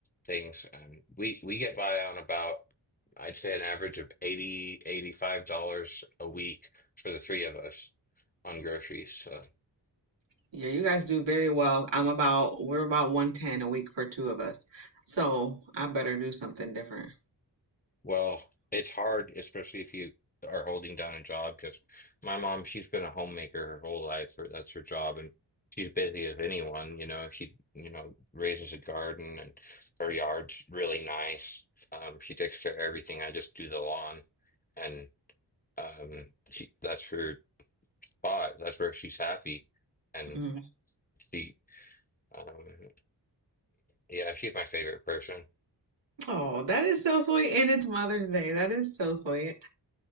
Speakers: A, on the left; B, on the right.
A: things. And we we get by on about I'd say an average of 80 85 dollars a week for the three of us on groceries. So.
B: Yeah, you guys do very well. I'm about, we're about 110 a week for two of us. So I better do something different.
A: Well, it's hard, especially if you are holding down a job, because my mom, she's been a homemaker her whole life, or that's her job, and she's busy as anyone, you know. She, you know, raises a garden and her yard's really nice. Um, she takes care of everything. I just do the lawn, and um, she, that's her spot. That's where she's happy, and
B: Mm.
A: she, um, yeah, she's my favorite person.
B: Oh, that is so sweet. And it's Mother's Day. That is so sweet.